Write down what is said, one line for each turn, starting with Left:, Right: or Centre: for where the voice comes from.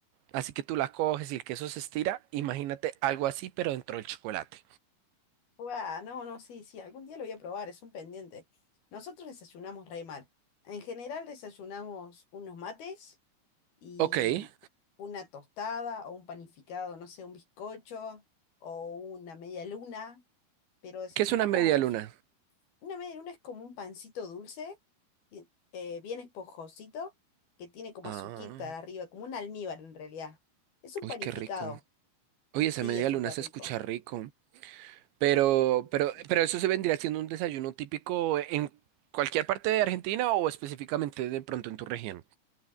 Right: así que tú la coges y el queso se estira, imagínate algo así pero dentro del chocolate.
Left: Guau, no, no, sí, sí, algún día lo voy a probar, es un pendiente. Nosotros desayunamos re mal. En general desayunamos unos mates y
Right: Ok, ¿qué
Left: una tostada o un panificado, no sé, un bizcocho o una media luna, pero desayunamos,
Right: es una media luna?
Left: una media luna es como un pancito dulce, y- eh, bien esponjosito, que tiene como
Right: Ah,
Left: azuquita arriba, como un almíbar en realidad. Es un
Right: uy,
Left: panificado,
Right: qué rico. Oye, esa
Left: sí,
Right: media
Left: es súper
Right: luna se
Left: rico.
Right: escucha rico, pero,
Left: Sí, sí,
Right: pero,
Left: sí.
Right: pero eso se vendría siendo un desayuno típico en cualquier parte de Argentina o específicamente de pronto en tu región.